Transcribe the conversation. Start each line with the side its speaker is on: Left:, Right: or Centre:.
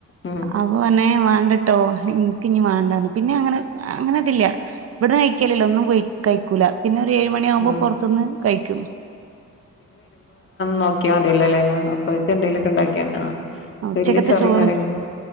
Left: ഉം
Right: അവ പറന്നെ വേണ്ടട്ടോ ഇനിക്ക് ഇനി വേണ്ടന്ന്. പിന്നെ അങ്ങനെ അങ്ങനെ ഇതില്ല. ഇവിടന്ന് കഴിക്കലല്ലോ? ഒന്നും കഴിക്കൂല പിന്നെ ഏഴ്മണി ആകുമ്പോ
Left: ആ
Right: പുറത്തുന്ന് കഴിക്കും.
Left: നോക്കിയാൽ മതിയല്ലോല്ലേ അപ്പൊഴേക്ക് എന്തെങ്കലുമൊക്കെ ഉണ്ടാക്കിയാ ആ
Right: ആ ഉച്ചക്കത്തെ
Left: വലിയ ചൊറിയും
Right: ചോറും
Left: കാര്യങ്ങളും